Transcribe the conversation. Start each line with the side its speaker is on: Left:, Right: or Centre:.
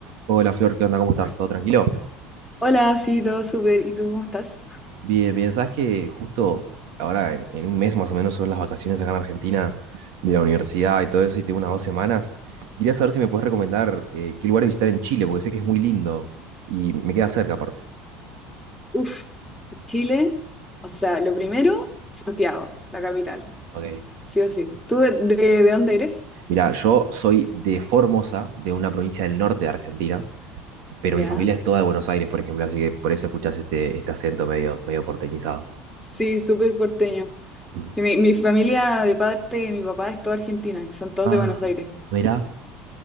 Right: Hola Flor, ¿qué onda? ¿Cómo estás? ¿Todo tranquilo?
Centre: Hola, sí, todo súper. ¿Y tú cómo estás?
Right: Bien, bien. Sabes que justo ahora en, en un mes más o menos son las vacaciones acá en Argentina de la universidad y todo eso, y tengo unas dos semanas. Quería saber si me puedes recomendar eh, qué lugares visitar en Chile, porque sé que es muy lindo y me queda cerca aparte.
Centre: Uf, Chile. O sea, lo primero, Santiago, la capital.
Right: Ok.
Centre: Sí o sí. ¿Tú de, de- de dónde eres?
Right: Mira, yo soy de Formosa, de una provincia del norte de Argentina, pero
Centre: Ya.
Right: mi familia es toda de Buenos Aires, por ejemplo, así que por eso escuchas este, este acento medio, medio porteñizado.
Centre: Sí, súper porteño.
Right: Ujú.
Centre: Y Mi, mi familia de parte de mi papá es toda argentina y son todos
Right: Ah,
Centre: de Buenos Aires.
Right: mira.